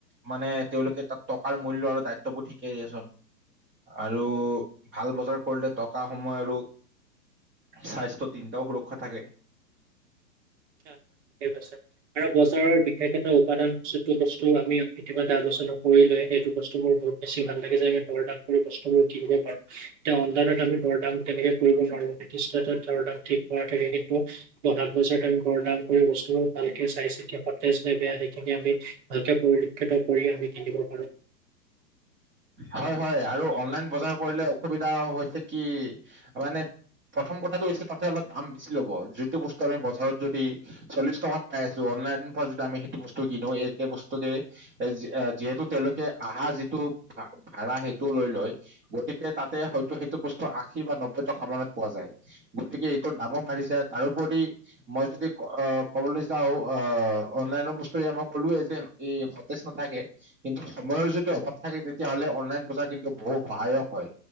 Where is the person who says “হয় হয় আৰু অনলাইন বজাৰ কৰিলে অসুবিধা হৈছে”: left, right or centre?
Right